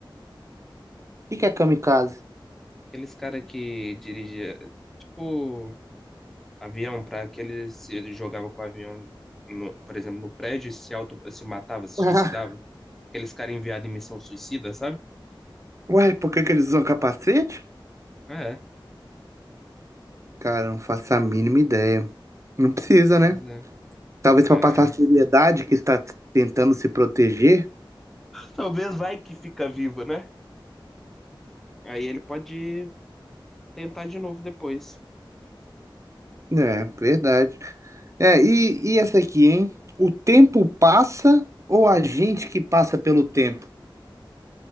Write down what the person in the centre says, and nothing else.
Aqueles cara que dirigia, tipo. avião, para aquele se ele jogava com o avião, no- por exemplo, no prédio e se auto, se matava, se
suicidava. Aqueles caras enviados em missão suicida, sabe?
É,
pois
é.
É.
Talvez vai que fica vivo, né? Aí ele pode tentar de novo depois.